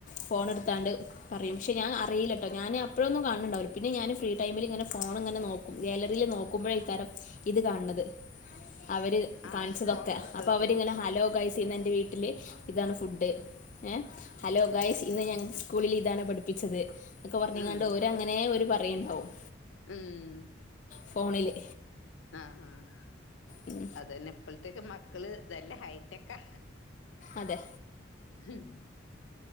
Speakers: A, on the left (about 40°); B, on the left (about 80°).
A: ഫോൺ എടുത്തങ്ങാണ്ട് പറയും. പക്ഷേ ഞാൻ അറിയില്ലട്ടോ ഞാൻ അപ്പഴൊന്നു കാണലുണ്ടാവില്ല പിന്നെ ഞാൻ ഫ്രീ ടൈമിലിങ്ങനെ ഫോൺ ഇങ്ങനെ നോക്കും ഗാലറിയിൽ നോക്കുമ്പോഴായിരിക്കും ഇത് കാണുന്നത് അവര്
B: ആ
A: കാണിച്ചതൊക്കെ
B: ഫോട്ടോ എടുത്തൊക്കെ
A: അപ്പൊ അവരിങ്ങനെ ഹലോ ഗൈസ് ഇന്ന് എന്റെ വീട്ടില് ഇതാണ് ഫുഡ് ഏ ഹലോ ഗയ്സ് ഇന്ന് ഞങ്ങൾ സ്കൂളിൽ ഇതാണ് പഠിപ്പിച്ചത് എന്നക്കെ പറഞ്ഞകാണ്ട്
B: ഉം
A: ഓര അങ്ങനെ അവര് പറയുണ്ടാവും
B: ഉം
A: ഫോണില്
B: ആഹ് ആഹ്
A: ഉം
B: അത് തന്നെ ഇപ്പഴത്തേക്ക മക്കള് നല്ല ഹൈടെക്കാ
A: അതെ
B: ഹും